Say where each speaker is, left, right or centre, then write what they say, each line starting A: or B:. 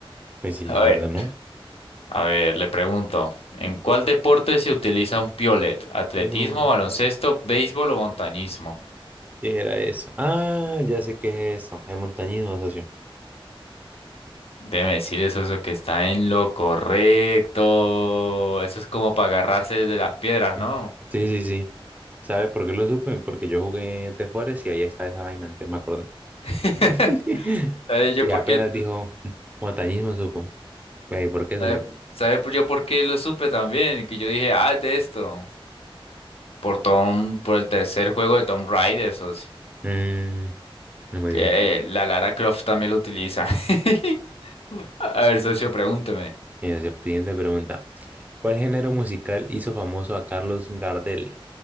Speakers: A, on the right; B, on the left.
A: Pues sí,
B: A
A: la
B: ver.
A: verdad, ¿no?
B: A ver, le pregunto, ¿en cuál deporte se utiliza un piolet? ¿Atletismo,
A: No,
B: Mm. baloncesto, béisbol o montañismo?
A: ¿qué era eso? Ah, ya sé qué es eso, es montañismo, socio.
B: Déjeme decirle eso, eso que está en lo correcto. Eso es como para agarrarse de las piedras,
A: Mm.
B: ¿no?
A: Sí, sí, sí. ¿Sabe por qué lo supe? Porque yo jugué de Forest y ahí está esa vaina, antes me acordé.
B: <laughs>
A: <laughs>
B: ¿Sabe yo
A: Y
B: por
A: apenas
B: qué?
A: dijo "Mm, montañismo, supo. Güey, ¿por qué, socio?
B: ¿Sabe, sabe por- yo por qué lo supe también? Que yo dije, ah, es de esto. Por Tom, por el tercer juego de Tom Raider, socio.
A: Mm, no me
B: Que
A: di.
B: eh, la Lara Croft también lo utiliza. <laughs> A ver, socio, pregúnteme.
A: Mira, socio, siguiente pregunta. ¿Cuál género musical hizo famoso a Carlos Gardel?